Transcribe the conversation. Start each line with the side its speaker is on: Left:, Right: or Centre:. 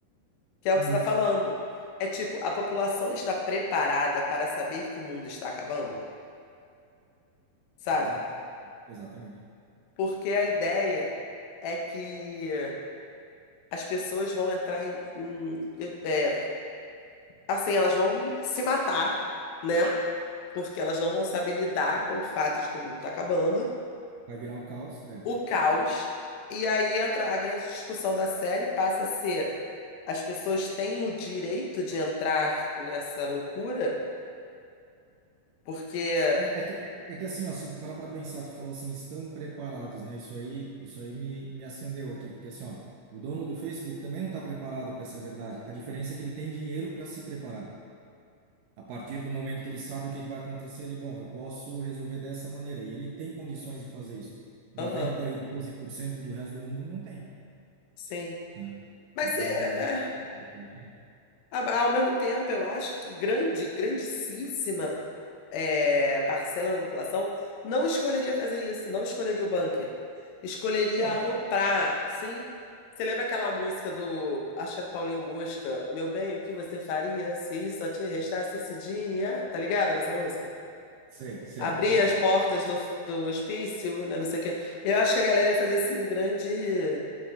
Left: que é o
Right: Uhum.
Left: que você está falando. É tipo, a população está preparada para saber que o mundo está acabando, sabe?
Right: Exato. Exatamente.
Left: Porque a ideia é que as pessoas vão entrar em, em- é, assim, elas vão se matar, né? Porque elas não vão saber lidar com o fato de que o mundo está acabando,
Right: Vai virar o caos? É.
Left: o caos. E aí entra a grande discussão da série, passa a ser as pessoas têm o direito de entrar nessa loucura, porque,
Right: É, é que, é que assim, ó, se parar para pensar, tu falou assim, estão preparados, né? Isso aí, isso aí me, me acendeu aqui, porque assim, ó, o dono do Facebook também não está preparado para essa verdade. A diferença é que ele tem dinheiro para se preparar. A partir do momento que ele sabe o que que vai acontecer, ele, bom, eu posso resolver dessa maneira. E ele tem condições de fazer isso. Noventa
Left: aham,
Right: e dois por cento do resto do mundo não tem,
Left: sim.
Right: né?
Left: Mas
Right: Então
Left: é,
Right: é aí.
Left: é, é,
Right: é aí que-
Left: ao mesmo tempo, eu acho que grande, grandíssima é, parcela da população não escolheria fazer isso, não escolheria o bunker. Escolheria
Right: Tu acha?
Left: aloprar, sim. Você lembra aquela música do, acho que é do Paulinho Mosca, Meu bem, o que você faria se só te restasse esse dia? Tá ligado nessa música?
Right: Sei, sei,
Left: Abrir
Right: sei.
Left: as portas do, do hospício, né, não sei o quê. Eu acho que a galera ia fazer assim um grande,